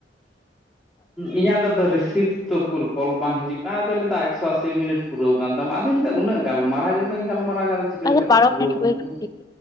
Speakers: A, in the centre; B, on the left.
A: ᱤᱧᱟᱜ ᱟᱫᱚ ᱨᱤᱥᱤᱵᱷ ᱛᱚ ᱩᱠᱩᱨ ᱠᱚᱞ ᱵᱟᱝ ᱦᱤᱡᱩᱜ ᱠᱟᱱᱟ ᱟᱫᱚᱧ ᱞᱮᱫᱟᱹᱭᱟ ᱮᱠᱥᱚ ᱟᱥᱤ ᱢᱤᱱᱤᱴ ᱯᱩᱨᱟᱹᱣ ᱠᱟᱱ ᱛᱟᱢᱟ ᱟᱫᱚᱧ ᱢᱮᱱᱟᱹᱭᱟ ᱩᱱᱟᱹᱜ ᱜᱮ ᱜᱟᱞᱢᱟᱨᱟᱣ ᱜᱮ ᱵᱟᱹᱧ ᱜᱟᱞᱢᱟᱨᱟᱣ ᱠᱟᱫᱟ ᱪᱤᱠᱟᱹ
B: ᱟᱪᱪᱷᱟ
A: ᱞᱮᱠᱟᱛᱮ
B: ᱵᱟᱨᱚ
A: ᱯᱩᱨᱟᱹᱣ
B: ᱢᱤᱱᱤᱴ
A: ᱠᱟᱱ
B: ᱦᱩᱭ
A: ᱛᱤᱧᱟ
B: ᱠᱟᱱᱟ ᱴᱷᱤᱠ ᱜᱮᱭᱟ